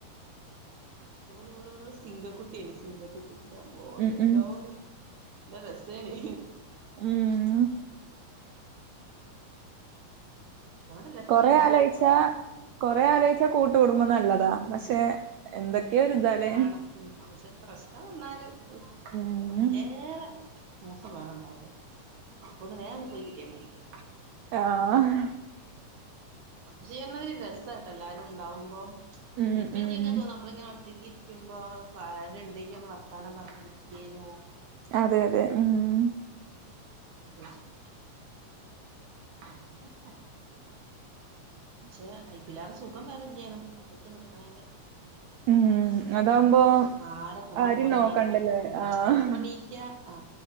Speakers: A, on the right; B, on the right.
A: ഓള് ഓള് ഓള് സിങ്കക്കുട്ടിയല്ലേ സിങ്കക്കുട്ടി എന്റമ്മോ
B: ഉം
A: എന്താണ്
B: ഉം
A: നല്ല രസേനി
B: മ്
A: അതുകൊണ്ട് എല്ലാവർക്കും
B: കൊറെ
A: വേഗം വേറെ
B: ആലോയിച്ച
A: പോവാനായി
B: കൊറെ ആലോയിച്ച കൂട്ടുകുടുംബം നല്ലതാ പക്ഷെ എന്തൊക്കെയൊ രുതാലേ
A: ആണ് ഉം പക്ഷെ പ്രശ് എന്നാവന്നാലും ഹ്
B: ഉം
A: അയിലേറെ മോശം വേറെണ്ടാവില്ല അപ്പൊന്ന് വേഒന്ന് പോയി കിട്ടിയ മതിചാര്ക്കും
B: ആഹാ
A: <unintelligible> രസട്ടാ എല്ലാരും ഉണ്ടാവുമ്പോ
B: ഉം
A: ഇപ്പ എനി
B: ഉം
A: എങ്ങെ തോന്നും നമ്മളിങ്ങനെ ഒറ്റയ്ക്ക് രിക്കുമ്പോൾ പറയാനു ഉണ്ടെങ്കിൽ ഒന്ന് വർത്താനം പറഞ്ഞിരിക്കേനു
B: അതെ അതെ ഉം
A: അങ്ങനെ ഒക്കെ വിചാരിച്ചു <unintelligible> പർഞ്ഞിട്ടെന്താ പക്ഷേ അയിന് ഇല്ലാതെ സുഖം വേറെ തന്നെയാ ഒറ്റക്ക് നിക്കണെന്റെ
B: ഉം അതാവുമ്പോ?
A: ആരെ കണ്ണും
B: ആരും
A: മോറും
B: നോക്കണ്ടല്ലേ
A: കാണണ്ടാ അമ്മക്ക്
B: ആഹ്
A: ഇഷ്ടള്ളപ്പോ എണി ക്ക ആ